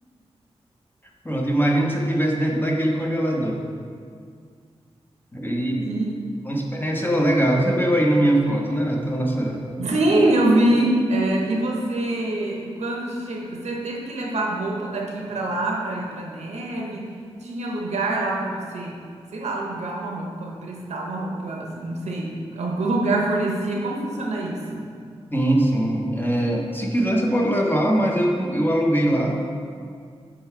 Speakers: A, on the left (about 20°); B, on the right (about 90°).
A: Pronto, imagina se você estivesse dentro daquele congelador. E
B: Entendi.
A: uma experiência legal. Você veio aí na minha foto, né? Então, nessa...
B: Sim, eu vi. É, e você, quando chegou, você teve que levar roupa daqui para lá para ir para neve? Tinha lugar lá para você, sei lá, alugar uma roupa, emprestar uma roupa, não sei, algum lugar fornecia. Como funciona isso?
A: Sim, sim. Eh, se quiser, você pode levar, mas eu, eu aluguei lá.